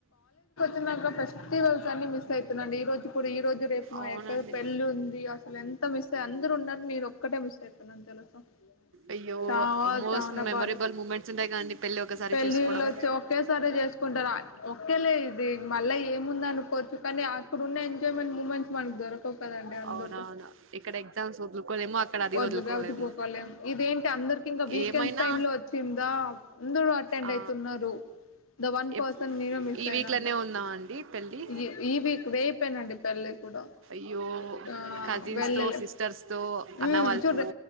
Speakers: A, on the left; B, on the right.
A: కా ఫెస్టివల్స్ అన్ని మిస్ అవుతున్నా అండి ఈ రోజు కూడా ఈ రోజు రేపు మా
B: అవునండి
A: అక్కది పెళ్లి ఉంది అసలు ఎంత మిస్ అయ్యంత అందరు ఉన్నారు నను ఒక్కటే మిస్ ఐతు తెలుసా
B: అయ్యో
A: చాల్
B: మోస్ట్
A: చాలా
B: మెమొరబుల్
A: బాధ
B: మూమెంట్స్ ఉంటాయి కదండి పెళ్ళి ఒకసారి
A: పెళ్ళిళ్ళు
B: చేసుకోవడం
A: వచ్చి ఒకే సారి చేసుకుంటారు ఒకేలే మళ్ళ ఏముంద అనుకోవచ్చు కానీ అక్కడ ఉన్న ఎంజాయ్ంట్ మూమెంట్ మనకు దొరక కదండి అందరితో
B: అవునవును ఇక్కడ ఎగ్జామ్స్ వదులుకోలేము అక్కడ అది
A: వలుగా
B: వదులుకోలేము
A: <inaudible> అవతిపోకలేం ఇదేంటి అందరికి ఇంకా వీకెండ్స్
B: ఏమైనా
A: టైమ్ లో వచ్చిందా అందరు అటెండ్
B: ఆ
A: అయితున్నారు ద వన్ పర్సన్
B: ఎప్
A: నేను మిస్
B: ఈ
A: అయినా
B: వీక్ లోనే ఉందాం అండి పెళ్ళి
A: ఈ ఈ వీక్ రేపేనండి పెళ్ళ కూడా
B: అయ్యో
A: ఆ
B: కజిన్స్
A: వెళ్ళలే
B: తో సిస్టర్స్ తో
A: మ్
B: అన్న వాళ్ళతో
A: చూడ